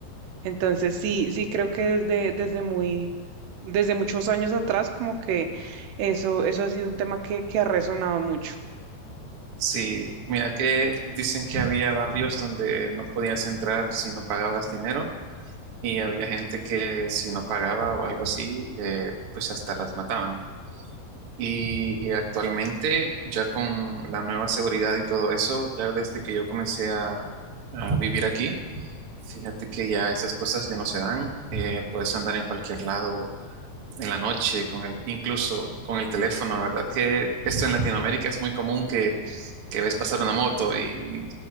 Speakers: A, on the right; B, on the right.
A: Entonces, sí, sí creo que desde, desde muy, desde muchos años atrás, como que eso, eso ha sido un tema que, que ha resonado mucho.
B: Sí, mira que dicen que había barrios donde no podías entrar si no pagabas dinero y había gente que si no pagaba o algo así, eh, pues hasta las mataban. Y actualmente ya con la nueva seguridad y todo eso, ya desde que yo comencé a, a vivir aquí, fíjate que ya esas cosas ya no se dan, eh, puedes andar en cualquier lado en la noche, con el, incluso con el teléfono, ¿verdad? Que esto en Latinoamérica es muy común que, que ves pasar una moto y,